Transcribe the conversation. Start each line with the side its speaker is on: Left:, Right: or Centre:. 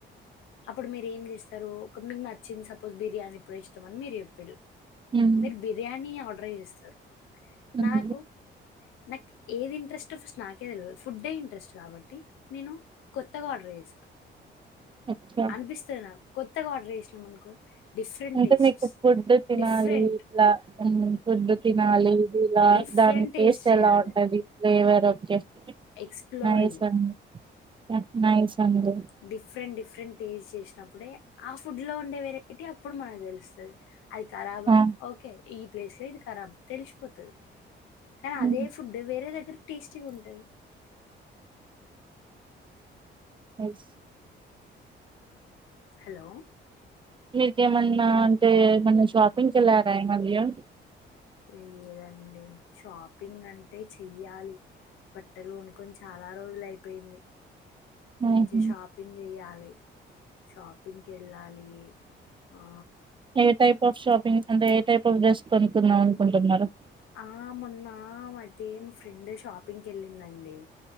Left: అప్పుడు మీ రు ఏం చేస్తారు ఓకె మీకు నచ్చింది సపోజ్ బిర్యానీ ఇప్పుడె ఇష్టమని మీరు చెప్పిండ్రు
Right: హ్మ్
Left: మీరు బిర్యానీ ఆ ట్రై చేస్తారు
Right: హ్మ్.
Left: నాకు నాకు ఏది ఇంట్రెస్ట్ స్ట్ ఆఫ్ నాకే తెల్వదు ఫుడ్డే ఇంట్రెస్ట్ కాబట్టి నేను కొత్తగా ఆర్డర్ చేస్తా
Right: అచ్చా!
Left: అనిపిస్తది నాకు కొత్తగా ఆర్డర్ చేసినాం అనుకో డిఫరెంట్
Right: అంటే
Left: టేస్ట్స్
Right: మీకు ఫుడ్ తినాలి
Left: డిఫరెంట్
Right: ఇలా ఫుడ్ తినాలి ఇది ఇలా
Left: డిఫరెంట్
Right: దాని టేస్ట్
Left: చేయాలి
Right: ఎలా ఉంటది ఫవర్ ఓకె
Left: ఎక్స్ప్లోరింగ్
Right: నైస్ అండి లుక్ నైస్ అండి.
Left: డిఫరెంట్ డిఫరెంట్ టేస్ట్ చేసి అప్పుడే ఆ ఫుడ్ లో ఉండే వేరె ఏటి అప్పుడు మనకు తెలుస్తది అది ఖరాబా
Right: ఆ!
Left: ఓకే ఈ ప్లేసే ఇది కరాబ్ తెలిసిపోతది కాని
Right: హ్మ్.
Left: అదే ఫుడ్ వేరే త్ర్ టేస్టీగుంటాది
Right: ఎస్
Left: హలో
Right: మీకేమన్నా అంటే ఏమన్న షాపింగ్ కెళ్ళారా ఈ మధ్య
Left: లేదండి షాపింగ్ అంటే చెయ్యాలి బట్టలు కొనుకొని చాలా రోజులు అయిపోయింది
Right: హుహు.
Left: మంచి షాపింగ్ చేయాలి షాపింగ్కేళ్ళాలి ఆ
Right: ఏ టైప్ ఆఫ్ షాపింగ్ అంటే ఏ టైప్ ఆఫ్ డ్రెస్ కొనుక్కుందం అనుకుంటున్నారు
Left: ఆ మొన్న మదీమ్ ఫ్రెండ్ షాపింగ్ కెళ్ళిందండి